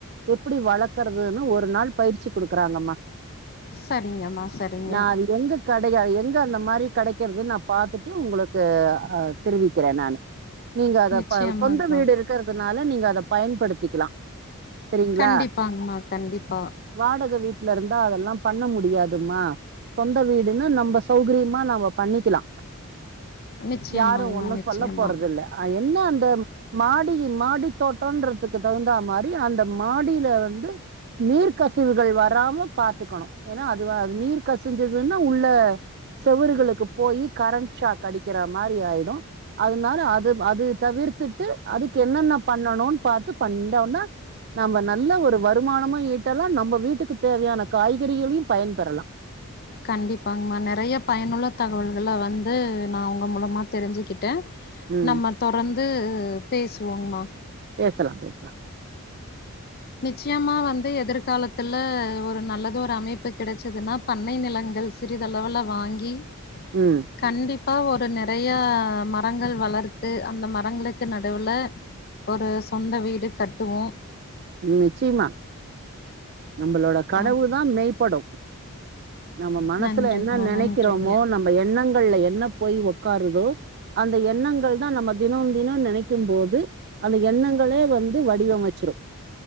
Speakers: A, on the right; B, on the left.
A: எப்டி வளக்கறதுன்னு ஒரு நாள் பயிற்சி குடுக்கறாங்கம்மா
B: சரிங்கம்மா சரிங்க
A: நா அது எங்க கடையா எங்க அந்த மாரி கெடைக்கறது நா பாத்துட்டு உங்களுக்கு அ தெரிவிக்கிற நானு நீங்க அதப்
B: நிச்சயமாங்கமா
A: ப சொந்த வீடு இருக் கறதுனால நீங்க அத பயன்படுத்திக்லா சரிங்ளா
B: கண்டிப்பாங்கமா கண்டிப்பா
A: வாடக வீட்ல இருந்தா அதெல்லா பண்ண முடியாதும்மா சொந்த வீடுன்னு நம்ப சௌகரியமா நாம பண்ணிக்கலா
B: நிச்சயமாங்கமா
A: யாரு ஒன்னு
B: நிச்சயமா
A: சொல்ல போறதில்ல அ என்ன அந்த மா டி மாடி தோட்டன்றதுக்கு தகுந்தா மாரி அந்த மாடிலருந்து நீர் கசிவுகள் வராம பாத்துக்கணு ஏனா அதுவா நீர் கசிஞ்சதுனா உள்ள செவுறுகளுக்கு போயி கரண் ஷாக் அடிக்கிற மாரி ஆயிடு அதனால அது அது தவிர்த்துட்டு அது என்னென்ன பண்ணணுனு பாத்து பண்டானு நாம்ம நல்ல ஒரு வருமானமு ஈட்டலா நம்ப வீட்டுக்கு தேவையான காய்கறிகளையு பயன்பெறலா
B: கண்டிப்பாங்கமா நெறைய பயனுள்ள தகவல்கள வந்து நா உங்க மூலமா தெரிஞ்ஜிக்கிட்ட
A: ம்
B: நம்ம தொடர்ந்து பேசுவோங்கமா
A: பேசலா பேசலா
B: நிச்சயமா வந்து எதிர்காலத்தல ஒரு நல்லது ஒரு அமைப்பு கெடைச்சதுன்னா பண்ணை நிலங்கள் சிறிதளவல வாங்கி
A: ம்
B: கண்டிப்பா ஒரு நெறையா மரங்கள் வளர்த்து அந்த மரங்களுக்கு நடுவுல ஒரு சொந்த வீடு கட்டுவோ
A: நிச்சயமா நம்மளோட கனவுதா
B: ஆ
A: மெய்ப்படு நம்ம மனசுல
B: நன்றிங்கமா
A: என்ன நெனைக்கிறமோ
B: நன்றிங்க
A: நம்ம எண்ணங்கள்ல என்ன போய் ஒக்காருதோ அந்த எண்ணங்கள் தா நம்ம தினோ தினோ நெனைக்கு போது அந்த எண்ணங்களே வந்து வடிவமைச்சிரு